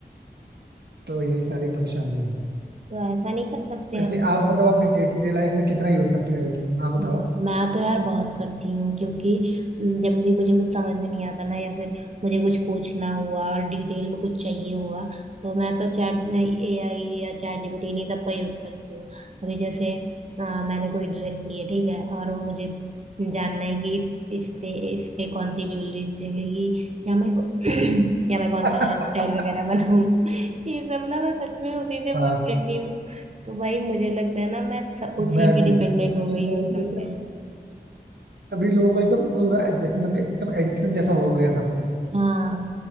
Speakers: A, on the right; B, on the right.
A: तो यही सारी परेशानी है
B: तो ऐसा नहीं कर सकते
A: वैसे
B: हम
A: आप मतलब अपने डे टू डे लाइफ में कितना यूज करती हो आई टी? हाँ बताओ
B: मैं तो यार बहुत करती हूँ क्योंकि जब भी मुझे कुछ समझ में नहीं आता ना या फिर मुझे कुछ पूछना हुआ और डिटेल में कुछ चाहिए हुआ तो मैं तो चैट एआई या चैट जीपीटी इन्हीं सब का यूज करती हूँ अभी जैसे अ, मैंने कोई ड्रेस ली है ठीक है और मुझे जानना है कि इस इससे इस पे कौन सी ज्वेलरी चलेगी या मैं को- <clears throat> या मैं कौन
A: <laughs>
B: सा हेयर स्टाइल वगैरह बनाऊँ ये सब ना मैं सच में उसी से
A: हाँ
B: पूछ लेती तो वही मुझे लगता है ना मैं स- उसी
A: मैं
B: पे
A: भी
B: डिपेंडेंट हो गई
A: ये सारी
B: हूँ एकदम
A: चीजें क्या-
B: से
A: सभी लोगों को एकदम वो ना, जैसे मतलब एकदम एडिक्शन जैसा हो गया सबको
B: हाँ